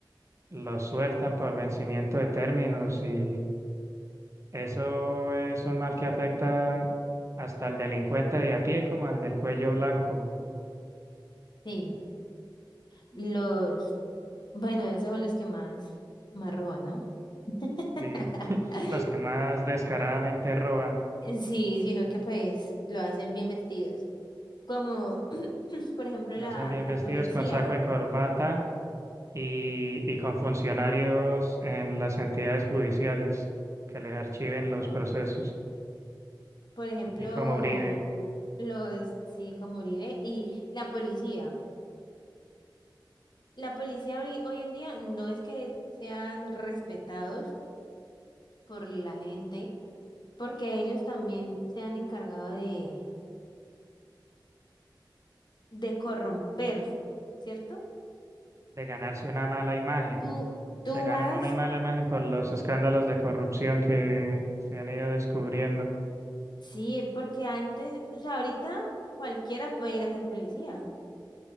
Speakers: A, on the right; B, on the left.
A: los sueltan por vencimiento de términos y eso es un mal que afecta hasta al delincuente de a pie como al del cuello blanco,
B: Sí, los, bueno, esos son los que más, más roban, ¿no? <laughs>
A: sí, <laughs> los que más descaradamente roban,
B: Sí, sino que pues lo hacen bien vestidos. Como, <clears throat> por ejemplo,
A: lo
B: la,
A: hacen bien
B: la
A: vestidos
B: policía.
A: con saco y corbata y, y con funcionarios en las entidades judiciales que les archiven
B: Sí.
A: los procesos,
B: Por ejemplo,
A: así como Uribe,
B: los, sí, como Uribe y la policía. La policía hoy, hoy en día no es que sean respetados por la gente, porque ellos también se han encargado de, de corromper, ¿cierto?
A: de ganarse una mala imagen.
B: Tú, tú
A: Se ganan
B: vas,
A: una mala imagen por los escándalos de corrupción que se han ido descubriendo.
B: sí, porque antes, o sea, ahorita cualquiera puede ir a ser policía.